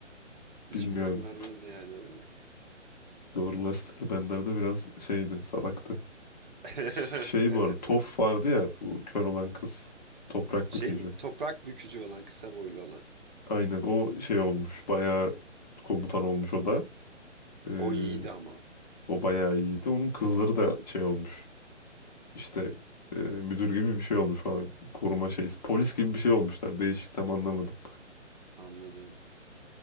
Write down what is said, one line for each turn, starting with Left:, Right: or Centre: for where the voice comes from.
Right: Hiç
Left: Bilmiyorum.
Right: güven vermez yani öyle.
Left: Doğru Lester Bender de biraz şeydi. Salaktı.
Right: <laughs>
Left: Şey
Right: Evet
Left: bu arada Toph
Right: evet.
Left: vardı ya. Bu kör olan kız. Toprak
Right: Şey
Left: bükücü.
Right: mi? Toprak bükücü olan, kısa boylu olan.
Left: Aynen o şey olmuş. Bayağı komutan olmuş o da. Ee,
Right: O iyiydi ama.
Left: o bayağı iyiydi. Onun kızları da şey olmuş. İşte e, müdür gibi bir şey olmuş falan. Koruma şeyi, polis gibi bir şey olmuşlar. Değişik tam anlamadım.
Right: Anladım.